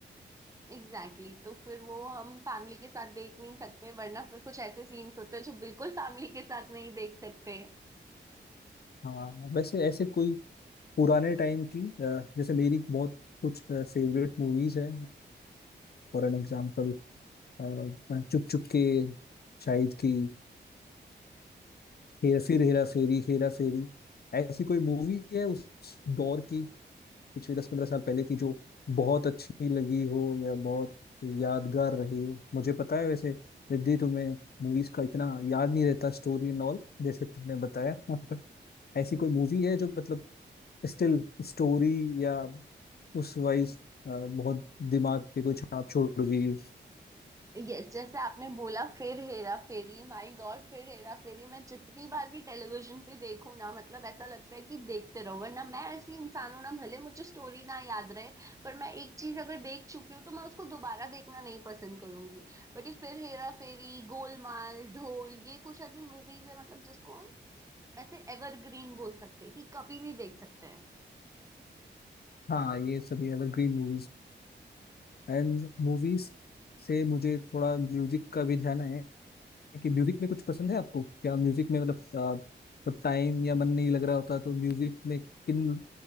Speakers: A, on the right; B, on the left.
A: Exactly exactly. तो फिर वो हम फैमिली के साथ देख नहीं सकते वरना फिर कुछ ऐसे सीन्स होते हैं जो बिल्कुल फैमिली के साथ नहीं देख सकते
B: हाँ वैसे ऐसे कोई पुराने टाइम की अ, जैसे मेरी बहुत कुछ फेवरेट मूवीज है for an example Chup Chup के शाहिद की हेरा फिर हेरा फेरी हेरा फेरी ऐसी कोई मूवी है उस दौर की पिछले दस पंद्रह साल पहले की जो बहुत अच्छी लगी हो या बहुत यादगार रही हो मुझे पता है वैसे रिद्धि तुम्हें मूवीज का इतना याद नहीं रहता स्टोरी एंड ऑल जैसे तुमने बताया <laughs> बट ऐसी कोई मूवी है जो मतलब स्टिल स्टोरी या उस वाइज बहुत दिमाग पे कोई छाप छोड़ गई हो
A: यस जैसे आपने बोला फिर हेरा फेरी माय गॉड फिर हेरा फेरी मैं जितनी बार भी टेलीविजन पे देखूं ना मतलब ऐसा लगता है कि देखते रहो वरना मैं ऐसी इंसान हूं ना भले मुझे स्टोरी ना याद रहे पर मैं एक चीज अगर देख चुकी हूँ तो मैं उसको दोबारा देखना नहीं पसंद करूंगी बट ये फिर हेरा फेरी गोलमाल ढोल ये कुछ ऐसी मूवीज है मतलब जिसको हम ऐसे एवरग्रीन बोल सकते हैं कि कभी भी देख सकते हैं
B: हाँ ये सभी एवरग्रीन मूवीज एंड मूवीज से मुझे थोड़ा म्यूजिक का भी ध्यान है कि म्यूजिक में कुछ पसंद है आपको क्या म्यूजिक में मतलब टाइम या मन नहीं लग रहा होता तो म्यूजिक में किन